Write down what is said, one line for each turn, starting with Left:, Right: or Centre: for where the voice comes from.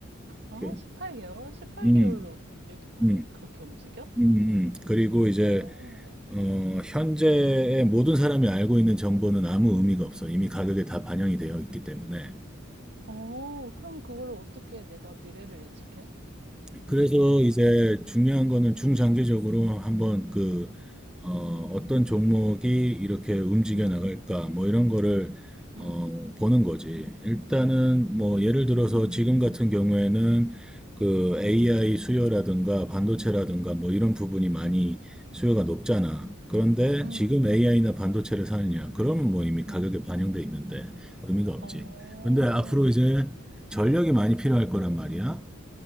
Right: 어,
Centre: 이렇게.
Right: 18개월? 18개월로
Centre: 음,
Right: 이렇게 다니,
Centre: 음,
Right: 그렇게 움직여?
Centre: 음, 음. 그리고 이제,
Right: 어,
Centre: 어, 현재의 모든 사람이 알고 있는 정보는 아무 의미가 없어. 이미 가격에 다 반영이 되어 있기 때문에.
Right: 어, 그럼 그거를 어떻게 내가 미래를 예측해?
Centre: 그래서 이제 중요한 거는 중장기적으로 한번 그, 어, 어떤 종목이 이렇게 움직여
Right: 응,
Centre: 나갈까, 뭐 이런 거를, 어,
Right: 응.
Centre: 보는 거지. 일단은 뭐
Right: 음,
Centre: 예를 들어서 지금 같은 경우에는 그 AI 수요라든가 반도체라든가
Right: 응, 응,
Centre: 뭐 이런 부분이 많이
Right: 응,
Centre: 수요가 높잖아. 그런데
Right: 응.
Centre: 지금 AI나 반도체를 사느냐? 그러면 뭐 이미 가격에
Right: 응,
Centre: 반영돼 있는데 의미가 없지.
Right: 어,
Centre: 근데 앞으로 이제 전력이 많이 필요할 거란 말이야.